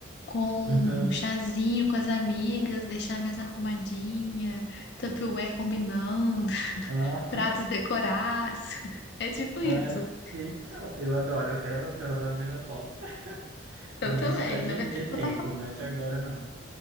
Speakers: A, on the left (about 55°); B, on the right (about 85°).
A: com
B: Aham.
A: chazinho
B: <laughs>
A: com as amigas, deixar a mesa arrumadinha, Tupperware combinando.
B: Ah,
A: pratos decorados. <laughs> É tipo
B: ah,
A: isso.
B: Então, eu adoro, eu não sei, eu adoro mais aposta. <laughs> Mas
A: Eu também.
B: isso já é de,
A: Na verdade,
B: de tempo,
A: só tá faltando.
B: não é de agora, não.